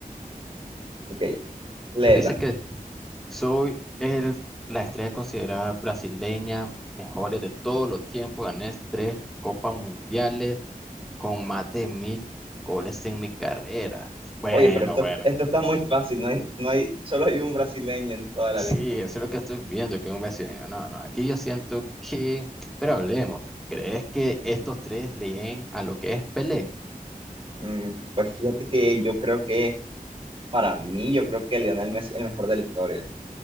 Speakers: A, on the right; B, in the centre.
A: Ok, léela.
B: Se dice que soy el, la estrella considerada brasileña, mejores de todos los tiempos. Gané tres copas mundiales con más de mil goles en mi carrera. Bueno,
A: Oye, pero esto,
B: bueno.
A: esto está muy fácil, no hay, no hay, solo hay un brasileño en toda la
B: Sí,
A: lista.
B: eso es lo que estoy viendo, que un brasileño. No, no, aquí yo siento que... Pero hablemos. ¿Crees que estos tres leen a lo que es Pelé?
A: Mm, pues fíjate que yo creo que, para mí, yo creo que Lionel Messi es el mejor de la historia.